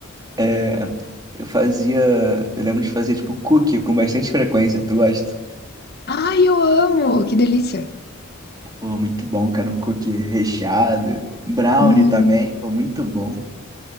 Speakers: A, on the right (about 20°); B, on the left (about 50°).
A: É, eu fazia. Eu lembro de fazer, tipo, cookie com bastante frequência. Tu gosta?
B: Ai, eu amo, que delícia.
A: Pô, muito bom, cara. Um cookie recheado. Brownie
B: Hum,
A: também. Pô, muito bom.